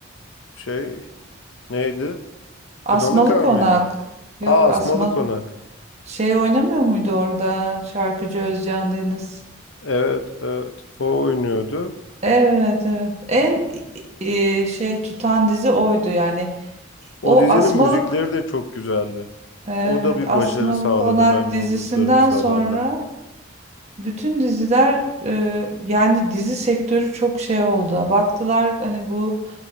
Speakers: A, on the left; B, on the right.
A: şey neydi? Kınalıkar
B: Asmalı Konak.
A: mıydı?
B: Yok,
A: Aa,
B: Asmalı
A: Asmalı Konak.
B: Şey oynamıyor muydu orada şarkıcı Özcan Deniz?
A: Evet, evet. O oynuyordu.
B: Evet evet. En e, şey tutan dizi oydu yani.
A: O
B: O
A: dizinin
B: Asmalık
A: müzikleri de çok güzeldi.
B: evet
A: O da bir
B: Asmalı
A: başarı sağladı
B: Konak
A: bence
B: dizisinden
A: uluslararası
B: sonra
A: alanda.
B: bütün diziler e, yani dizi sektörü çok şey oldu. Baktılar hani bu